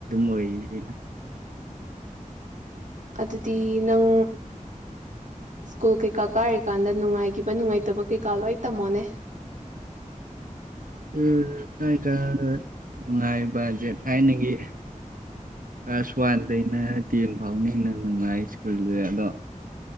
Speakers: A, on the right (about 90°); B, on the right (about 65°).
A: ꯑꯣꯏꯔꯤ
B: ꯑꯗꯨꯗꯤ ꯅꯪ ꯁꯀꯨꯜ ꯀꯩꯀꯥ ꯀꯔꯤ ꯀꯥꯟꯗ ꯅꯨꯡꯉꯥꯏꯒꯤꯕꯥ ꯅꯨꯡꯉꯥꯏꯇꯥꯕꯥ ꯀꯩꯀ ꯂꯣꯏ ꯇꯥꯃꯛ ꯑꯣꯅꯦ
A: ꯎꯝ ꯅꯨꯡꯉꯏꯒꯤꯕꯥꯖꯦ ꯊꯥꯏꯅꯒꯤ ꯀꯂ꯭ꯥꯁ ꯋꯥꯟ ꯗꯩꯩꯅꯥ ꯇꯦꯟ ꯐꯥꯎꯅꯥ ꯍꯦꯅꯥ ꯅꯨꯡꯉꯥꯏ ꯁꯀꯨꯜꯗ ꯑꯗꯨ